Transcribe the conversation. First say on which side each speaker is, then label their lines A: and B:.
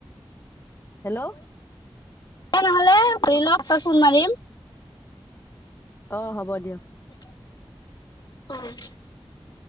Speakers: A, on the left (about 30°); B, on the left (about 50°).
A: হেল্ল'
B: তেনেহলে ধৰি লওক পিচত ফোন মাৰিম।
A: অ হ'ব দিয়ক।
B: উম